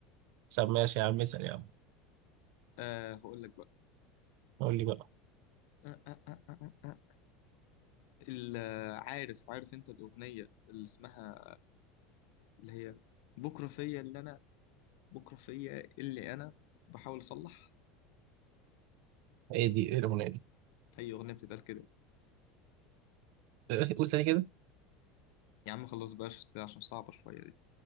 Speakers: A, on the right; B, on the left.
A: طب ماشي يا عم اسال يا عم
B: آه هقول لك بقى
A: قول لي بقى
B: آه آه آه آه آه. آه. ال- عارف عارف انت الأغنية اللي اسمها اللي هي بكرة فيا اللي أنا بكرة فيا اللي أنا بحاول أصلح
A: ايه دي ايه الاغنيه دي
B: هي أغنية بتتقال كده
A: <laughs> قول تاني كده
B: يا عم خلاص بقاش عشان صعبة شوية دي